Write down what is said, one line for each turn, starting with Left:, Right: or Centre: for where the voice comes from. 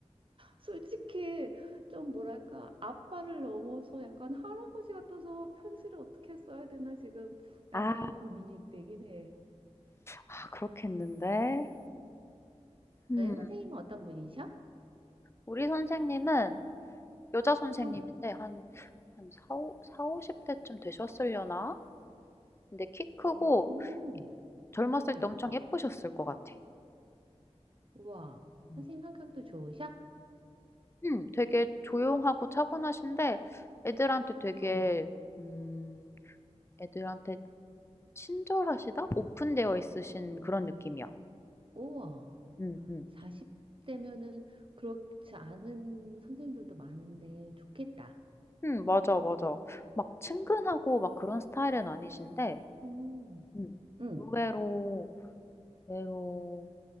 Right: 솔직히 좀 뭐랄까 아빠를 넘어서 약간 할아버지 같아서 편지를 어떻게 써야 되나 지금 약간
Left: 아.
Right: 고민이 되긴 해.
Left: 아 그렇겠는데. 음.
Right: 네, 선생님은 어떤 분이셔?
Left: 우리 선생님은 여자 선생님인데
Right: 응.
Left: 한 한4사오5 0 대쯤 되셨으려나? 근데 키 크고
Right: 음.
Left: 젊었을
Right: 응.
Left: 때 엄청 예쁘셨을 것 같아.
Right: 우와.
Left: 음.
Right: 선생님 성격도 좋으셔?
Left: 음 되게 조용하고 차분하신데 애들한테 되게
Right: 어.
Left: 음 애들한테 친절하시다? 오픈되어 있으신 그런 느낌이야.
Right: 우와.
Left: 음음.
Right: 40대면은 그렇지 않은 선생님들도 많은데 좋겠다.
Left: 음 맞아, 맞아. 막 친근하고 막 그런 스타일은 아니신데
Right: 음.
Left: 음
Right: 응.
Left: 의외로 의외로